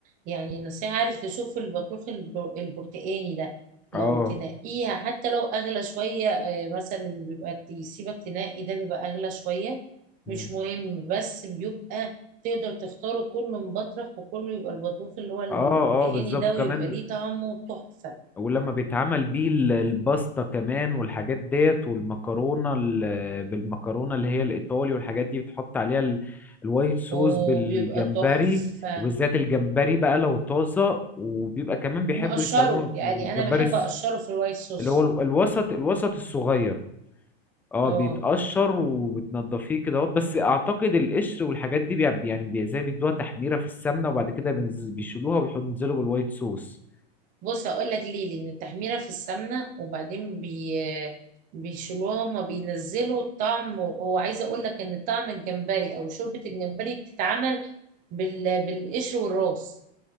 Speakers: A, on the right; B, in the centre.
A: يعني نصيحة عارف تشوف البطروخ الب- البرتقاني ده
B: اه
A: لو تنقيها حتى لو اغلى شوية آه، مثلا اللي بيبقى يسيبك تنقي ده بيبقى اغلى شوية
B: مم.
A: مش مهم بس بيبقى تقدر تختاره كله مبطرخ وكله يبقى البطروخ اللي هو البرتقاني
B: اه اه بالظبط
A: ده
B: كمان
A: ويبقى ليه طعمه تحفة
B: ولما بيتعمل بيه ال- الباستا كمان والحاجات ديت والمكرونة ال- بالمكرونة اللي هي الإيطالي والحاجات دي بتحط عليها ال- الوايت صوص
A: وبيبقى
B: بالجمبري
A: تحفة
B: وبالذات الجمبري بقى لو طازة وبيبقى كمان بيحبوا
A: ومقشره
B: يستخدموا
A: يعني
B: الجمبري
A: انا بحب
B: الس-
A: اقشره في الوايت صوص
B: اللي هو ال- الوسط الوسط الصغير اه
A: اه
B: بيتقشر وبتنضفيه كده اهوت. بس اعتقد القشر والحاجات دي بيع- يعني بي- زي بيدوها تحميرة في السمنة وبعد كده بينز- بيشيلوها وبيحطوا- بينزلوا بالوايت صوص
A: بص هقول لك ليه لان التحميره في السمنه وبعدين بي بيشيلوها هما بينزلوا الطعم وهو عايزه اقول لك ان طعم الجمبري او شوربه الجمبري بتتعمل بال... بالقشر والراس